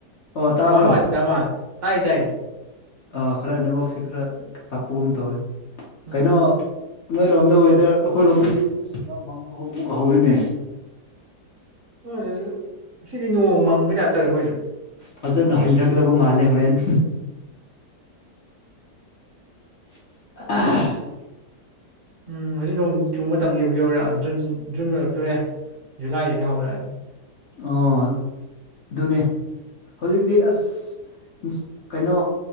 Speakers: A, on the left (about 55°); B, on the right (about 55°).
A: ꯑꯣ ꯇꯥꯕ꯭ꯔꯣ
B: ꯅꯦꯠꯋꯥꯛ ꯅꯨꯡꯉꯥꯏꯇ꯭ꯔ ꯃꯥꯜꯂꯦ ꯇꯥꯏꯌꯦ ꯇꯥꯏꯌꯦ
A: ꯑ ꯈꯔ ꯅꯦꯠꯋꯥꯛꯁꯦ ꯈꯔ ꯇꯞꯄꯒꯨꯝ ꯇꯧꯋꯦ
B: ꯎꯝ
A: ꯀꯩꯅꯣ ꯅꯣꯏꯔꯣꯝꯗ ꯋꯦꯗꯔ ꯑꯩꯈꯣꯏꯔꯣꯝꯗꯗꯤ ꯑꯁꯤꯗ ꯃꯪꯕ ꯍꯧ ꯑꯃꯨꯛ ꯍꯧꯔꯤꯅꯦ
B: <inaudible> ꯉꯁꯤꯗꯤ ꯅꯣꯡ ꯃꯪꯕꯩ ꯇꯥꯏꯞ <unintelligible>
A: ꯐꯖꯅ ꯍꯩꯔꯛꯂꯕ ꯃꯥꯜꯂꯦ ꯍꯣꯔꯦꯟ ꯑꯍ
B: ꯎꯝ ꯍꯧꯖꯤꯛ ꯅꯣꯡ ꯆꯨ ꯃꯇꯝꯗꯤ ꯌꯧꯕꯨ ꯌꯧꯔꯛꯅꯤ ꯖꯨꯟ ꯖꯨꯟ ꯂꯣꯏꯔꯛꯇꯨꯔꯦ ꯖꯨꯂꯥꯏꯗꯒꯤ ꯍꯧꯔꯛꯑꯅꯤ
A: ꯑꯣ ꯑꯗꯨꯅꯦ ꯍꯧꯖꯤꯛꯇꯤ ꯑꯁ ꯀꯩꯅꯣ